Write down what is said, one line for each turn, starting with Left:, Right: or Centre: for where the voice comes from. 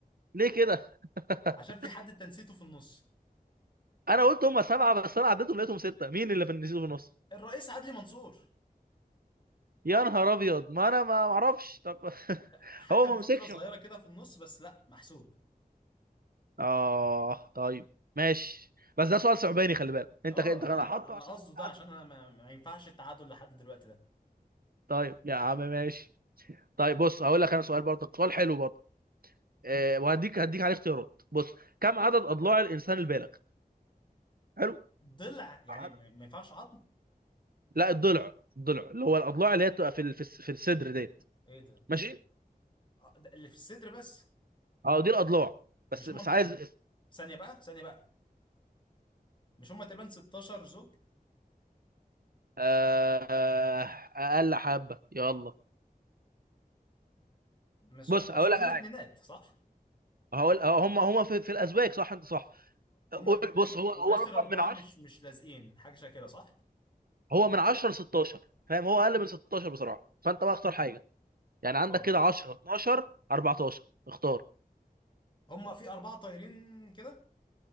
Right: ليه كده <laughs>
Left: عشان في حد أنت نسيته في النص
Right: انا قلت هم سبعه بس انا عديتهم لقيتهم سته مين اللي في النسيت في النص
Left: الرئيس عدلي منصور
Right: يا نهار ابيض ما انا ما ما اعرفش طب <laughs>
Left: حكم
Right: هو ما
Left: فترة
Right: مسكش
Left: صغيرة
Right: يعتبر
Left: كده في النص بس لا محسوب
Right: اه طيب ماشي بس ده سؤال صعباني خلي بالك انت
Left: اه
Right: انت انا حاطه
Left: انا انا
Right: عشان
Left: قصده ده
Right: تعدي
Left: عشان انا ما, ما ينفعش التعادل لحد دلوقتي ده
Right: طيب يا عم ماشي طيب بص هقول لك انا سؤال برضك سؤال حلو برضه أه وهديك هديك عليه اختيارات بص كم عدد اضلاع الانسان البالغ حلو
Left: ضلع يعني
Right: عدد
Left: ما, ما ينفعش عظم
Right: لا الضلع الضلع اللي هو الاضلاع اللي هي بتبقى في ال- في الس- في الصدر ديت
Left: ايه ده
Right: ماشي
Left: آه، ده اللي في الصدر بس
Right: اه دي الاضلاع بس
Left: مش
Right: بس
Left: هم
Right: عايز
Left: ثانية بقى ثانية بقى مش هم تقريبا 16 زوج
Right: آه، اقل حبه يلا
Left: مش
Right: بص
Left: آه، اصل
Right: هقول لك
Left: هم
Right: على
Left: اتنينات
Right: حاجه
Left: صح
Right: هقول هم هم في, في الازواج صح انت صح
Left: هم
Right: قول
Left: اتنينات
Right: بص هو
Left: واخر
Right: هو رقم
Left: اربعة
Right: من 10
Left: مش مش لازقين حاجة شبه كده صح
Right: هو من 10 ل 16 فاهم هو اقل من 16 بصراحه فانت بقى اختار حاجه يعني عندك
Left: اه
Right: كده 10 12 14 اختار
Left: هم في اربعة طايرين كده